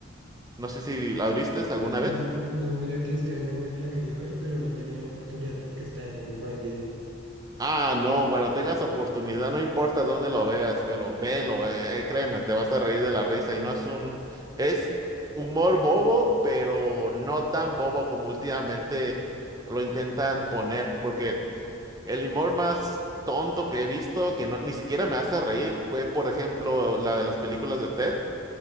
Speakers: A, on the right; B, on the right.
A: No sé si la viste alguna vez.
B: Mm, No, mira que Sky Movie me la quería ver, pero no he tenido la oportunidad porque está en Prime Video.
A: Ah, no, bueno, tengas oportunidad, no importa dónde lo veas, pero velo, eh, eh, créeme, te vas a reír de la risa y no es un, es humor bobo, pero no tan bobo como últimamente lo intentan poner, porque El humor más tonto que he visto, que no- ni siquiera me hace reír, fue, por ejemplo, la de las películas de Ted,